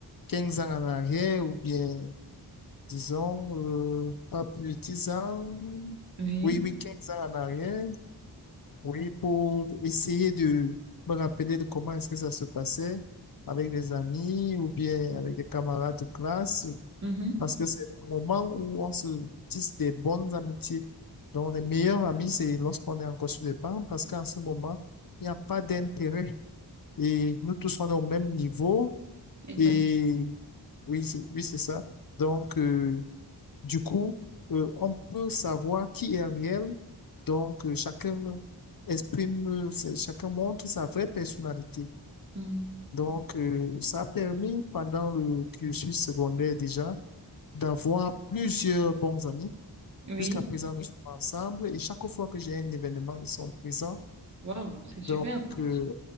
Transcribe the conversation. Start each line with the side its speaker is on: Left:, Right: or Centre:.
Left: 15 ans en arrière ou bien, disons, euh, pas plus de 10 ans.
Right: oui,
Left: Oui, oui, 15 ans en arrière. Oui, pour essayer de me rappeler de comment est-ce que ça se passait avec des amis ou bien avec des camarades de classe,
Right: mhm,
Left: parce que c'est des moments où on se tisse des bonnes amitiés. Donc, les meilleurs amis, c'est lorsqu'on est encore sur les bancs, parce qu'en ce moment, il n'y a pas d'intérêt. Et nous tous, on est au même niveau.
Right: exactement.
Left: Et oui, c'est oui, c'est ça. Donc, euh, du coup, euh, on peut savoir qui est réel. Donc, euh, chacun exprime, euh, sa- chacun montre sa vraie personnalité.
Right: Mhm.
Left: Donc, euh, ça a permis pendant le cursus secondaire déjà d'avoir plusieurs bons amis.
Right: Oui,
Left: Jusqu'à présent, nous sommes ensemble et chaque fois que j'ai un événement, ils sont présents.
Right: waouh, c'est super
Left: Donc,
Right: ça.
Left: euh,